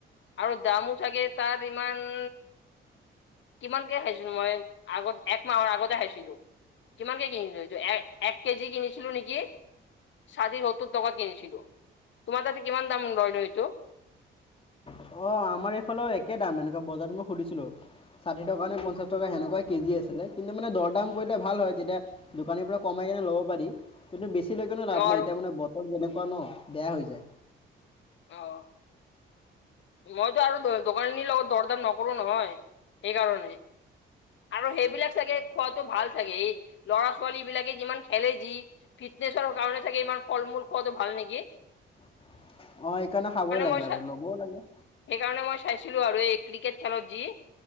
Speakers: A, on the left (about 70°); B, on the left (about 30°).
A: আৰু দামো চাগে তাত ইমান কিমানকে খাইছিলো, মই আগত এক মাহৰ আগতে খাইছিলো, কিমানকে কিনিলোঁ? এক- এক কেজি কিনিছিলো নেকি! ষাঠি সত্তৰ টকাত কিনিছিলো, তোমাৰ তাতে কিমান দাম লয় নো এইটো?
B: অ', আমাৰ এইফালে একে দাম, এনেকুৱা বজাৰত মই সুধিছিলো। ষাঠি টকা নে পঞ্চাচ টকা হেনেকুৱাই কেজি আছিলে, কিন্তু মানে দৰ-দাম কৰিলে ভাল হয় তেতিয়া দোকানীৰ পৰা কমাই এনেই ল'ব পাৰি। কিন্তু বেছি লৈ কিনিও লাভ
A: নোৱাৰো
B: নাই এতিয়া মানে বতৰ যেনেকুৱা ন বেয়া হৈ যায়।
A: অ'। মইতো আৰু দ দোকানখিনিৰ লগত দৰ দাম নকৰো নহয় সেইকাৰণে। আৰু সেইবিলাক চাগে খোৱাটো ভাল চাগে এই ল'ৰা - ছোৱালীবিলাকে কিমান খেলে যি। ফিটনেছৰ কাৰণে চাগে ইমান ফল মূল খোৱাটো ভাল নেকি?
B: অ', সেইকাৰণে খাবই লাগে
A: মই
B: আৰু
A: চা
B: ল'বও লাগে।
A: সেইকাৰণে মই চাইছিলো আৰু এই ক্ৰিকেট খেলত যি,